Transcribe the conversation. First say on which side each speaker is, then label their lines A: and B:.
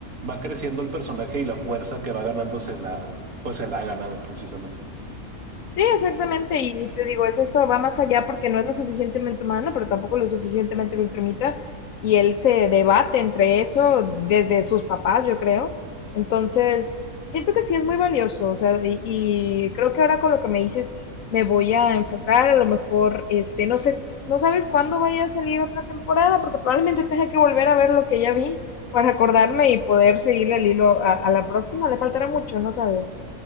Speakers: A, on the right (about 80°); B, on the left (about 70°).
A: va creciendo el personaje y la fuerza que va ganando se la, pues se la ha ganado precisamente.
B: Sí, exactamente, y te digo, es esto, va más allá porque no es lo suficientemente humano, pero tampoco lo suficientemente viltrumita, y él se debate entre eso desde sus papás, yo creo. Entonces, siento que sí es muy valioso, o sea, y, y creo que ahora con lo que me dices, me voy a enfocar, a lo mejor, este, no sé, no sabes cuándo vaya a salir otra temporada, porque probablemente tenga que volver a ver lo que ya vi para acordarme y poder seguirle el hilo a, a la próxima, le faltará mucho, no sabes.